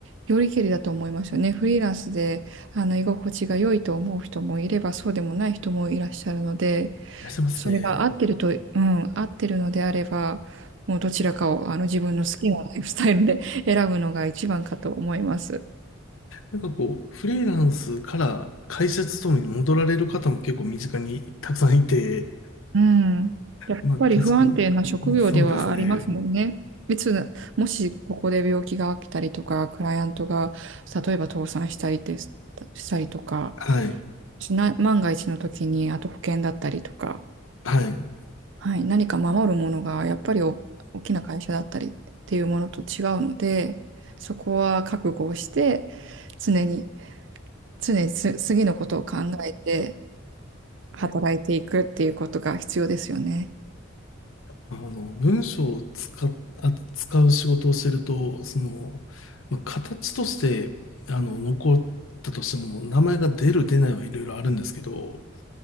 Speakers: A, on the right; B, on the left.
A: よりけりだと思いますよね。フリーランスで、あの、居心地が良いと思う人もいれば、そうでもない人もいらっしゃるので、
B: いらっしゃいますね。
A: それが合ってると、うん、合ってるのであれば、もうどちらかを、あの、自分の好きなライフスタイルで <laughs> 選ぶのが一番かと思います。
B: なんかこう、フリーランスから会社勤めに戻られる方も結構身近にたくさんいて、
A: うん。やっぱり不安定な職業ではありますもんね。
B: まあ確かに、そうですね。
A: いつ、もしここで病気が起きたりとか、クライアントが例えば倒産したりです、したりとか、
B: はい。
A: もしな、万が一の時に、あと保険だったりとか、
B: はい。
A: はい、何か守るものがやっぱりお大きな会社だったりっていうものと違うので、そこは覚悟をして、常に、常につ次のことを考えて働いていくっていうことが必要ですよね。
B: あの、文章を使っ、あ使う仕事をしてると、その、まあ、形として、あの、残ったとしても、名前が出る出ないはいろいろあるんですけど、